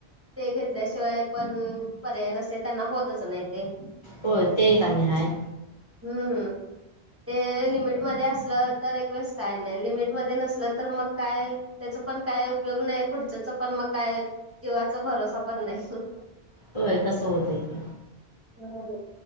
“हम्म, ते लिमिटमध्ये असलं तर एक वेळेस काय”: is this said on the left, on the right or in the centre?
Right